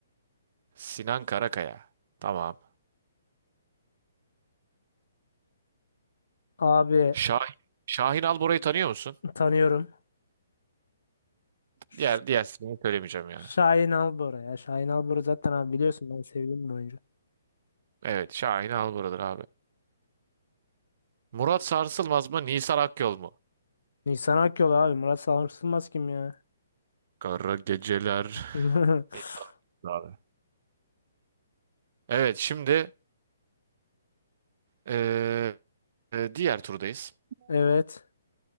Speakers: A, on the right; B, on the left.
A: Sinan Karakaya. Tamam.
B: Abi
A: Şahin, Şahin Albora'yı tanıyor musun?
B: tanıyorum. Ş-
A: Diğer diğer ismini söylemeyeceğim yani.
B: Şahin Albora ya. Şahin Albora zaten abi biliyorsun ben sevdiğim bir oyuncu.
A: Evet, Şahin Albora'dır abi. Murat Sarsılmaz mı, Nisan Akyol mu?
B: Nisan Akyol abi. Murat Sarsılmaz kim ya?
A: Kara geceler.
B: <laughs>
A: Beni aldı Abi. Evet, şimdi eee, e, diğer turdayız.
B: Evet.